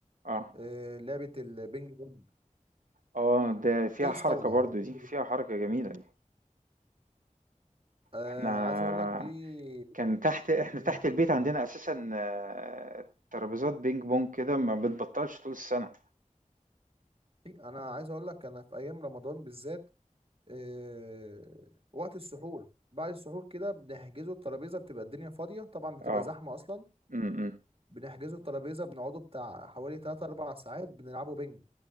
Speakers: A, on the right; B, on the right.
A: آه،
B: آه، لعبة البينج بونج
A: آه ده فيها
B: تنس
A: حركة
B: طاولة
A: برضه
B: او بينج
A: دي، فيها
B: بونج
A: حركة جميلة دي.
B: آه،
A: إحنا
B: عايز اقول لك دي
A: كان تحت إحنا
B: مم.
A: تحت البيت عندنا أساسًا آه، ترابيزات بينج بونج كده ما بتبطّلش طول السنة.
B: انا عايز اقول لك انا في ايام رمضان بالذات آه، وقت السحور بعد السحور كده بنحجزوا الترابيزة بتبقى الدنيا فاضية طبعا بتبقى
A: آه،
B: زحمة أصلا
A: إمم، إمم،
B: بنحجزوا الترابيزة بنقعدوا بتاع حوالي 3 4 ساعات بنلعبوا بينج